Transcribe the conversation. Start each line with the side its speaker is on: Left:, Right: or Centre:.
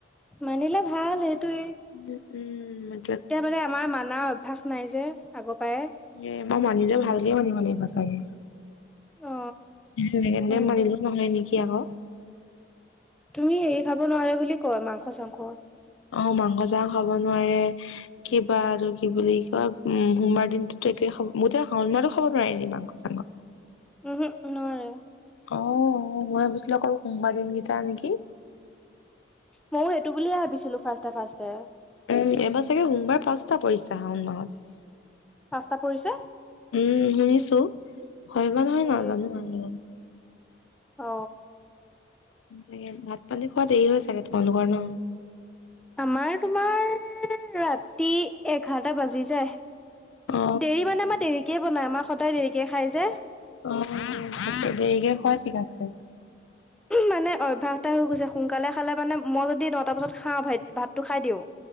Centre: মানিলে ভাল, সেইটোৱে।
Left: উম, উম।
Centre: এতিয়া মানে আমাৰ মানাৰ অভ্যাস নাই যে, আগৰ পৰাই।
Left: এ, মই মানিলে ভালকেই মানিব লাগিব চাগে।
Centre: অ
Left: যেনেকে-তেনেকে
Centre: সেইটো
Left: মানিলেও নহয় নেকি আকৌ!
Centre: তুমি হেৰি খাব নোৱাৰে বুলি কয় মাংস-চাংস।
Left: অ, মাংস-চাংস খাব নোৱাৰে। কিবা আৰু কি বুলি কয়, উম, সোমবাৰ দিনটোতো একোৱে খাব, গোটেই শাওন মাহটো খাব নোৱাৰি নেকি, মাংস-চাংস।
Centre: উহু, উহু। নোৱাৰে।
Left: অ, মই ভাবিছিলো অকল সোমবাৰ দিনকেইটা নেকি!
Centre: ময়ো সেইটো বুলিয়ে ভাবিছিলো ফাষ্টে-ফাষ্টে।
Left: উম, এইবাৰ চাগে, সোমবাৰ পাঁচটা পৰিছে শাওণ মাহত।
Centre: পাঁচটা পৰিছে!
Left: উম, শুনিছো! হয় বা নহয়
Centre: এ
Left: নাজানো আৰু।
Centre: অ।
Left: তাকে, ভাত-পানী খোৱা দেৰি হয় চাগে, তোমালোকৰ ন!
Centre: আমাৰ তোমাৰ, ৰাতি এঘাৰটা বাজি যায়।
Left: অ
Centre: দেৰি মানে, আমাৰ দেৰিকে বনাই, আমাৰ সদায় দেৰিকে খাই যে।
Left: অ, দেৰিকে খোৱাই ঠিক আছে।
Centre: মানে অভ্যাস এটা হৈ গৈছে, সোনকালে খালে মানে মই যদি নটা বজাত খাওঁ, ভা ভাতটো খাই দিওঁ।